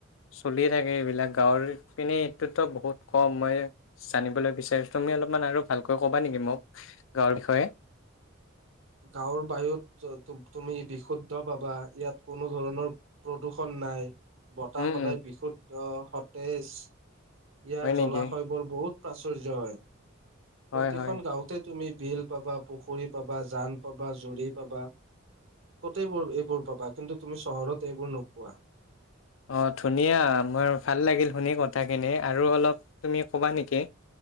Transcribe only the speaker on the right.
গাঁৱৰ বায়ুত ত-ত-তুমি বিশুদ্ধ পাবা, ইয়াত কোনো ধৰণৰ প্ৰদূষণ নাই। বতাহ
সদায়
বিশুদ্-অ', সতেজ। ইয়াৰ
জলাশয় বোৰ বহুত প্ৰাচুয্য হয়।
প্ৰতিখন
গাওঁতে তুমি বিল পাবা, পুখুৰী পাবা জান পাবা, জুৰি পাবা গোটেইবোৰ এইবোৰ পাবা। কিন্তু তুমি চহৰত এইবোৰ নোপোৱা।